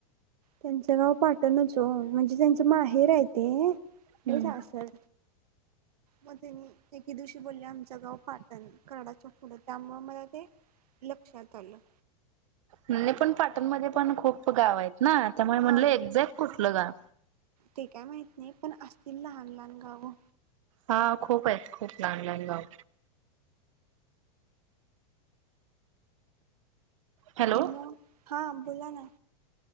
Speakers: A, on the right; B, on the right.
A: त्यांचं गाव पाटणच हो म्हणजे त्यांचं माहेर आहे ते
B: हम्म
A: हेच असं. मध्ये म एके दिवशी बोलले आमचं गाव पाटण कडाच्या पुढं त्यामुळे मला ते लक्षात आलं.
B: नाही पण पाटणमध्ये पण खूप गाव आहेत ना त्यामुळे म्हणलं
A: हा हो
B: एक्झॅक्ट कुठलं
A: मला
B: गाव
A: ते काय माहित नाही पण असतील लहान लहान गावं
B: हा खूप आहेत खूप लहान लहान गाव हॅलो
A: म हा बोला ना.